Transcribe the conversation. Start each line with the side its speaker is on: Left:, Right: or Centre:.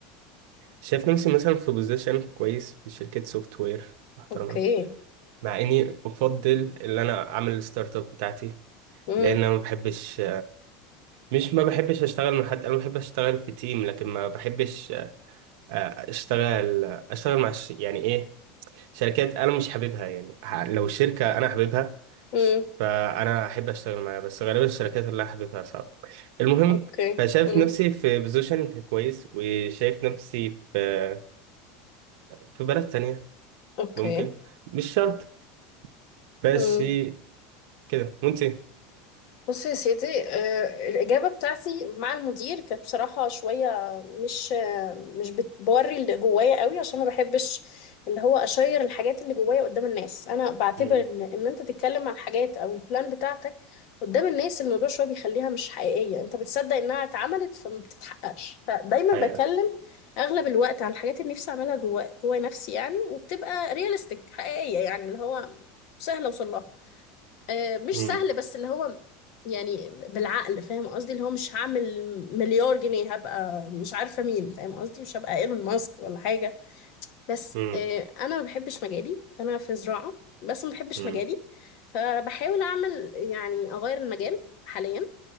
Right: شايف نفسي مثلا في بوزيشن كويس في شركة سوفت وير محترمة
Left: اوكي
Right: مع اني افضل ان انا اعمل الستارت اب بتاعتي
Left: امم
Right: لان انا ما بحبش مش ما بحبش اشتغل مع حد انا بحب اشتغل في تيم لكن ما بحبش آه، اشتغل اشتغل مع ش- يعني ايه شركات انا مش حاببها يعني ح- لو الشركه انا حاببها
Left: امم
Right: ش- فانا احب اشتغل معاها بس غالبا الشركات اللي انا حاببها صعبه المهم
Left: اوكي
Right: فشايف
Left: امم
Right: نفسي في بوزيشن كويس وشايف نفسي في في بلد تانية
Left: اوكي
Right: ممكن مش شرط بس
Left: امم
Right: كده وانت
Left: بص يا سيدي آه، الإجابة بتاعتي مع المدير كانت بصراحة شوية مش آه، مش بتوري اللي جوايا قوي عشان ما بحبش اللي هو أشير الحاجات اللي جوايا قدام الناس أنا بعتبر
Right: امم
Left: إن إن أنت تتكلم عن حاجات أو البلان بتاعتك قدام الناس الموضوع شوية بيخليها مش حقيقية أنت بتصدق إنها اتعملت فما بتتحققش فدايما
Right: حقيقة
Left: بتكلم أغلب الوقت عن الحاجات اللي نفسي أعملها جوا جوا نفسي يعني وبتبقى رياليستيك حقيقية يعني اللي هو سهل أوصل لها آه، مش
Right: امم
Left: سهل بس اللي هو يعني بالعقل فاهم قصدي اللي هو مش هعمل مليار جنيه هبقى مش عارفة مين فاهم قصدي مش هبقى ايلون ماسك ولا حاجة بس
Right: امم
Left: آه، انا ما بحبش مجالي انا في زراعة بس ما بحبش
Right: امم
Left: مجالي فبحاول اعمل يعني اغير المجال حاليا